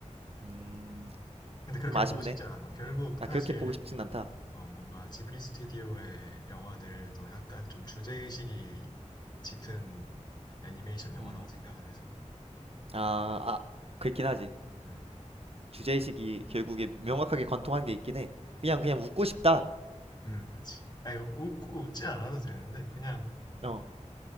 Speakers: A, on the right (about 50°); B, on the left (about 35°).
A: 음,
B: 근데 그렇게
A: 좀 아쉽네.
B: 보고 싶지 않아. 결국
A: 나
B: 사실
A: 그렇게 보고 싶진 않다.
B: 어, 뭔가 지브리 스튜디오의 영화들도 약간 좀 주제의식이 짙은 애니메이션 영화라고
A: 음.
B: 생각은 해서.
A: 아, 아, 그렇긴 하지.
B: 응,
A: 주제의식이 결국에 명확하게 관통한 게 있긴 해. 그냥 그냥 웃고 싶다.
B: 응, 그치. 아, 이거 웃고 웃지 않아도 되는데, 그냥,
A: 어.